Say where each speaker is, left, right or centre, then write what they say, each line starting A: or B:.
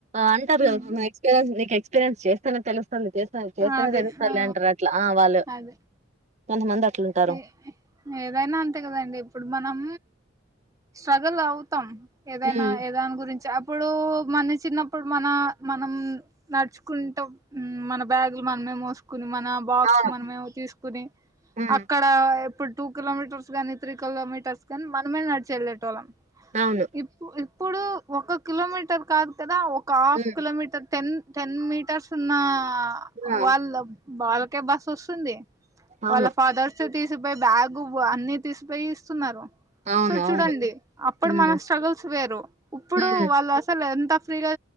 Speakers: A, on the right; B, on the right.
A: అంటారు
B: ఉమ్
A: ఎక్స్పీరియన్స్ నీ ఎక్స్పీరియన్స్ చేస్తేనే తే చేస్తు చేస్తేనే
B: అది
A: తెలుస్తదిలే
B: ఆ
A: అంటారు అట్లా ఆ వాళ్ళు
B: అదే
A: కొంతమంది అట్లుంటారు
B: ఏ ఏదైనా అంతే కదండి ఇప్పుడు మనం స్ట్రగుల్ అవుతం ఏదైనా
A: ఉమ్
B: ఏదాని గురించి ఇప్పుడు మన చిన్నప్పుడు మన మనం నడుచుకుంటు మ్ మన బ్యాగ్లు మనమే మోసు కుని మన బాక్స్
A: అవును
B: మనమే తీసుకుని
A: ఉమ్
B: అక్కడ ఇప్పుడు టూ కిలోమీటర్స్ గానీ త్రీ కిలోమీటర్స్ కానీ మనమే నడిిచి వెళ్లేటోళ్ళం
A: అవును
B: ఇప్పు ఇప్పు ఇప్పుడు ఒక కిలోమీటర్ కాదు కదా ఓ ఒక half
A: um
B: kilometre ten ten metres సున్నా ఆ హా
A: ఆ
B: వాళ్ళ బాల ఓకే బస్ వస్తుంది
A: అవును
B: వాళ్ళా ఫాదర్స్ తీసు తీసిపోయి బ్యాగు అన్ని తీసిపోయి ఇస్తున్నారు
A: అవును
B: సో చూడండి
A: అవును
B: అప్పుడు
A: ఉమ్
B: మన స్ట్రగుల్స్ వేరు ఇప్పుడు
A: ఉమ్
B: వాళ్ళు అసలు ఎంత ఫ్రీగా